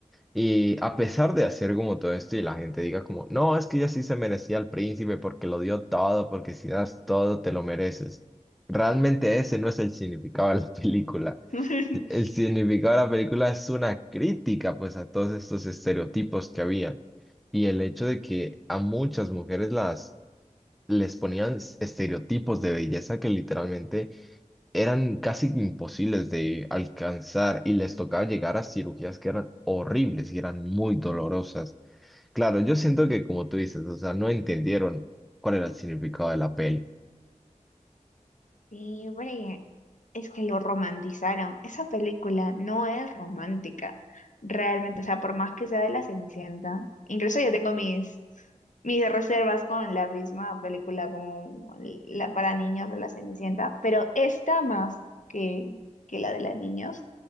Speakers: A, in the centre; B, on the left.
A: Y a pesar de hacer como todo esto y la gente diga como, no, es que ella sí se merecía al príncipe porque lo dio todo, porque si das todo te lo mereces. Realmente ese no es el significado de la <laughs> película.
B: <laughs>
A: El significado de la película es una crítica pues a todos estos estereotipos que habían y el hecho de que a muchas mujeres las les ponían estereotipos de belleza que literalmente eran casi imposibles de alcanzar y les tocaba llegar a cirugías que eran horribles y eran muy dolorosas. Claro, yo siento que como tú dices, o sea, no entendieron cuál era el significado de la peli.
B: Sí, porque es que lo romantizaron. Esa película no es romántica, realmente. O sea, por más que sea de la Cenicienta, incluso yo tengo mis, mis reservas con la misma película como la para niños de la Cenicienta, pero esta más que, que la de la niños.